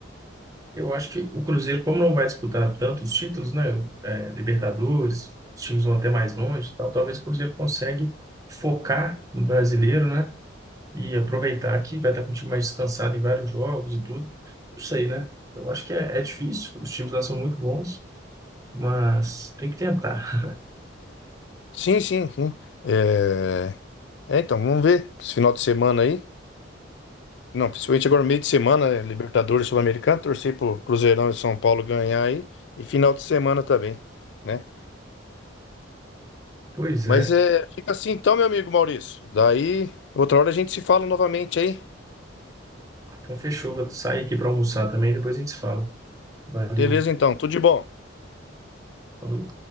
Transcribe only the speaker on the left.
Sim, sim, sim. É, é, então, vamos ver esse final de semana aí. Não, principalmente agora meio de semana, né? Libertadores Sul-Americano, torcer pro Cruzeirão e São Paulo ganhar aí, e final de semana também, né?
Mas
é, fica assim então, meu amigo Maurício. Daí, outra hora a gente se fala novamente aí.
Beleza então, tudo de bom.